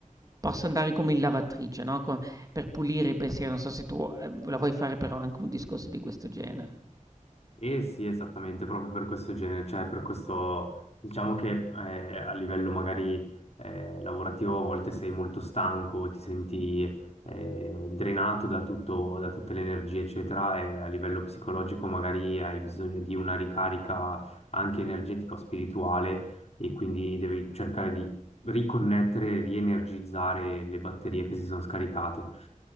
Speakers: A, on the right (about 25°); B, on the left (about 50°).
A: possa andare come in lavatrice, no, co per pulire i pensieri. Non so se tu eh, la vuoi fare però anche un discorso di questo genere.
B: Eh sì, esattamente, proprio per questo genere, cioè per questo, diciamo che eh, a livello magari eh, lavorativo a volte sei molto stanco, ti senti eh, drenato da tutto, da tutte le energie, eccetera, e a livello psicologico magari hai bisogno di una ricarica anche energetica o spirituale e quindi devi cercare di riconnettere, rienergizzare le batterie che si sono scaricate.